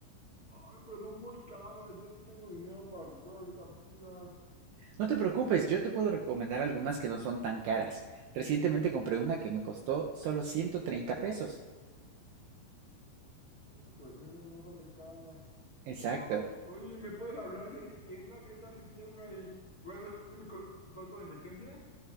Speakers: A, on the left; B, on the right.
A: Ay, pero son muy caras. Yo no tengo dinero para comprar ahorita pilas.
B: No te preocupes, yo te puedo recomendar algunas que no son tan caras. Recientemente compré una que me costó solo 130 pesos.
A: Ay, pues eso no no sale cara.
B: Exacto.
A: Ay, oye, ¿me puedes hablar si es que tiembla? ¿Qué tal si tiembla? ¿Y puedes hacer mi contacto de emergencia?